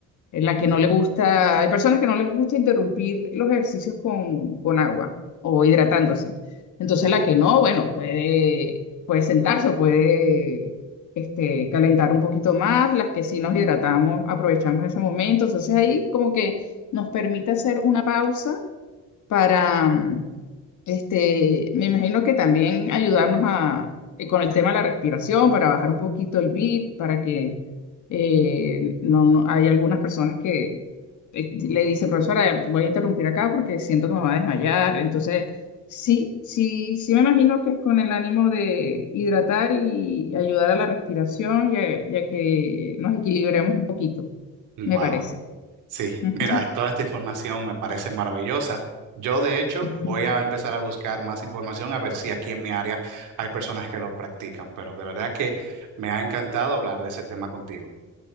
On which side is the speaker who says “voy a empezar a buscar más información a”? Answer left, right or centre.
Right